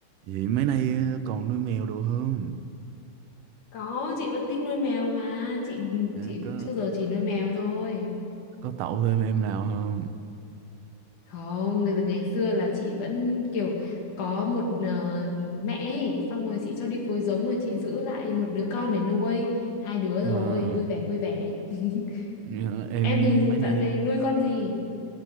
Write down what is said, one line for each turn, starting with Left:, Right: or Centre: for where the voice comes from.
Right: Vậy mấy nay ờ, còn nuôi mèo đồ không?
Left: Có, chị vẫn thích nuôi mèo mà. Chị
Right: À,
Left: chị
Right: có
Left: trước giờ chỉ nuôi mèo thôi.
Right: có tậu thêm em nào không?
Left: Không, từ ngày xưa là chị vẫn kiểu có một ờ, mẹ ấy, xong rồi chị cho đi phối giống rồi chị giữ lại một đứa con để nuôi. Hai đứa
Right: À,
Left: rồi, vui vẻ vui vẻ. <laughs>
Right: ờ, em
Left: Em thì
Right: mấy nay
Left: dạo này nuôi con gì?